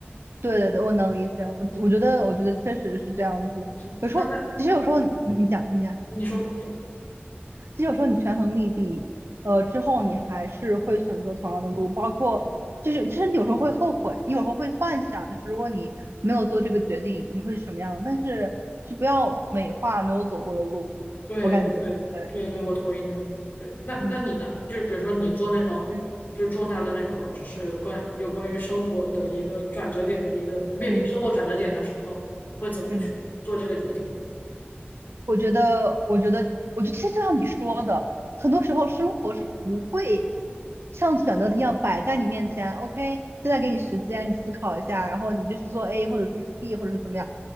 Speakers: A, on the right (about 80°); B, on the left (about 55°).
A: 对对对，我能理解。我我觉得我觉得确实是这样子。
B: 嗯那那
A: 其实有时候你你讲你讲，
B: 你说你说。
A: 嗯。其实有时候你权衡利弊，呃，之后你还是会选择同样的路，包括就是其实你有时候会后悔，你有时候会幻想，就是如果你没有做这个决定，你会是什么样的但是是不要美化没有走过的路，
B: 对对对对，
A: 我感觉对，嗯
B: 我同意你的观点。对，那那你呢？
A: 嗯
B: 就是比如说你做那种，
A: 嗯
B: 就是重大的那种，就是关有关于生活的一个转折点的一个面临生活转折点的时候，
A: 嗯
B: 你会怎么去做这个决定？
A: 嗯。我觉得，我觉得，我觉得其实就像你说的，很多时候生活是不会像选择题一样摆在你面前。OK，现在给你时间，你思考一下，然后你就去做 A 或者是 B 或者是怎么样。